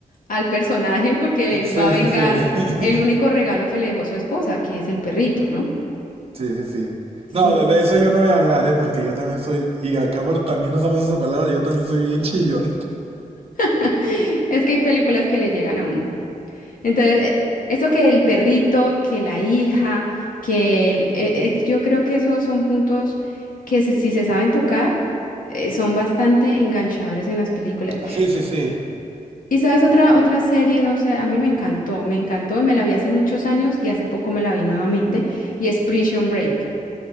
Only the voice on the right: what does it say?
Sí,
sí, sí.
<laughs>
Sí, sí, sí.
No, de, de eso yo no voy a hablar, ¿eh? Porque yo también soy, y acá por, también usamos esa palabra, yo también soy bien chillón.
Sí, sí, sí.